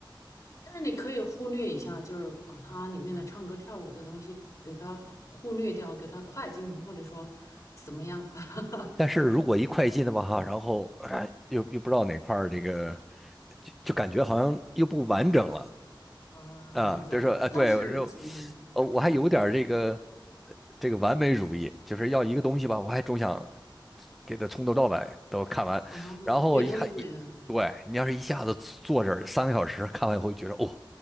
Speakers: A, on the left (about 40°); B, in the centre.
A: 但是你可以忽略一下，就是把它里面的唱歌跳舞的东西给它忽略掉，给它快进，或者说怎么样 <laughs>
B: 但是如果一快进的话，哈，然后哎，又又不知道哪块儿这个，就就感觉好像又不完整了。
A: 啊？
B: 啊，
A: 这样子，
B: 就是说，
A: 我倒是无所谓
B: 啊，对，我说，呃，我还有点儿这个，呃这个完美主义，就是要一个东西吧，我还总想给它从头到尾都看完，
A: 啊，
B: 然后一下一，
A: 有头有尾的
B: 对，你要是一下子坐这儿三个小时看完以后，觉得哦，